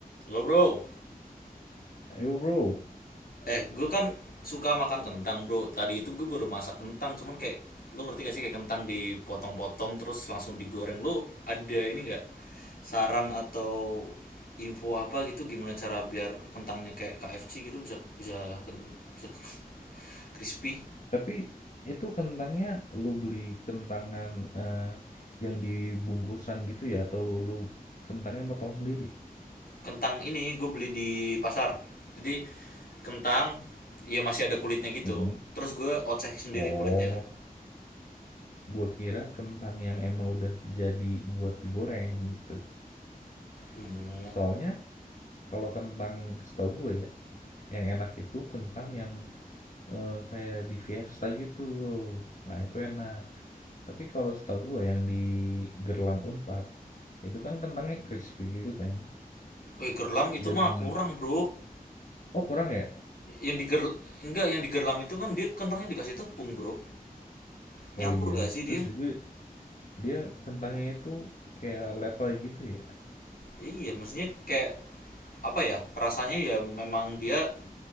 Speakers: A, on the left (about 75°); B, on the left (about 55°).
A: Lo bro,
B: Yo bro,
A: eh gue kan suka makan kentang bro. Tadi itu gue baru masak kentang, cuman kayak lo ngerti gak sih kayak kentang dipotong-potong terus langsung digoreng. Lo ada ini gak saran atau info apa gitu gimana cara biar kentangnya kayak KFC gitu bisa bisa bisa <laughs> crispy?
B: tapi itu kentangnya lu beli kentangan eh, yang dibungkusan gitu ya atau lu kentangnya motong sendiri?
A: Kentang ini gue beli di pasar. Jadi kentang ya masih ada kulitnya gitu.
B: Mm-mm.
A: Terus gue oceh sendiri
B: Oh,
A: kulitnya kan.
B: gua kira kentang yang emang udah jadi buat digoreng gitu.
A: Oh,
B: Soalnya kalau kentang setahu gue ya, yang enak itu kentang yang eh, kayak di Fiesta gitu bro. Nah itu enak. Tapi kalau setahu gue yang di Gerlam Unpad, itu kan kentangnya crispy gitu kan.
A: eh gerlam itu
B: Dan
A: mah kurang bro.
B: Oh kurang ya?
A: Yang di ger- enggak yang di gerlam itu kan dia kentangnya dikasih tepung, Bro. Nyampur
B: Oh iya.
A: gak sih
B: Terus
A: dia?
B: juga dia kentangnya itu kayak letoy gitu ya?
A: Iya, maksudnya kayak apa ya? Rasanya ya memang dia